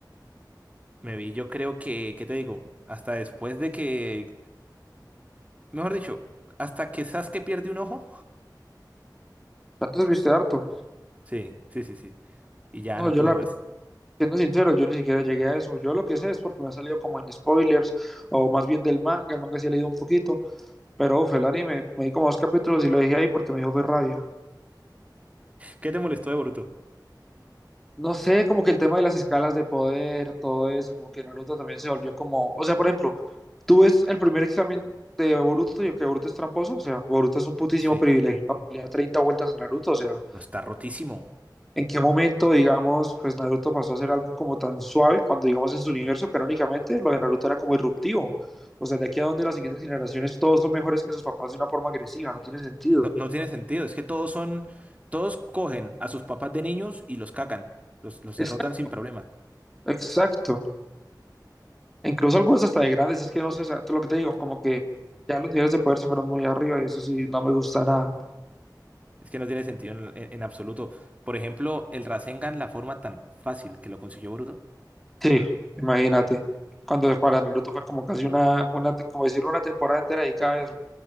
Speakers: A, on the right (about 20°); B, in the centre.
A: me vi, yo creo que, ¿qué te digo? Hasta después de que Mejor dicho, hasta que Sasuke pierde un ojo.
B: antes viste harto.
A: Sí, sí, sí, sí. Y ya
B: No,
A: no
B: yo
A: pude
B: la
A: más.
B: verdad, siendo sincero, yo ni siquiera llegué a eso. Yo lo que sé es porque me ha salido como en spoilers, o más bien del manga, el manga sí he leído un poquito, pero uf, el anime, me di como dos capítulos y lo dejé ahí porque me dio fue rabia.
A: ¿Qué te molestó de Boruto?
B: No sé, como que el tema de las escalas de poder, todo eso, como que Naruto también se volvió como, o sea, por ejemplo, tú ves el primer examen de Boruto y que Boruto es tramposo, o sea, Boruto es un putísimo
A: Sí.
B: privilegiado, le da 30 vueltas a Naruto, o sea,
A: No está rotísimo.
B: en qué momento, digamos, pues Naruto pasó a ser algo como tan suave cuando, digamos, en su universo canónicamente lo de Naruto era como irruptivo. O sea, de aquí a donde las siguientes generaciones todos son mejores que sus papás de una forma agresiva, no tiene sentido.
A: No, no tiene sentido. Es que todos son. Todos cogen a sus papás de niños y los cacan. Los, los
B: Exacto.
A: derrotan sin problema.
B: Exacto. Incluso algunos hasta de grandes, es que no sé, o sea, lo que te digo, como que ya los niveles de poder se fueron muy arriba y eso sí, no me gusta nada.
A: Es que no tiene sentido en, en- en absoluto. Por ejemplo, el Rasengan, la forma tan fácil que lo consiguió Boruto.
B: Sí, imagínate. Cuando para Naruto fue como casi una, una como decirlo, una temporada entera dedicada a eso.